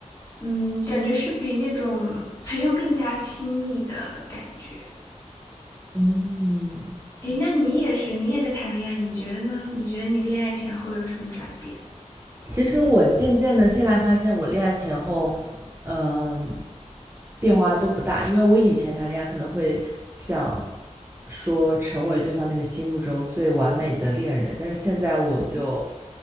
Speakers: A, on the left; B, on the right.
A: 嗯，感觉是比那种朋友更加亲密的感觉。
B: 嗯，
A: 诶，那你也是，你也在谈恋爱，你觉得呢？你觉得你恋爱前后有什么转变？
B: 其实我渐渐的现在发现，我恋爱前后，嗯、变化都不大。因为我以前谈恋爱可能会想说成为对方那个心目中最完美的恋人，但是现在我就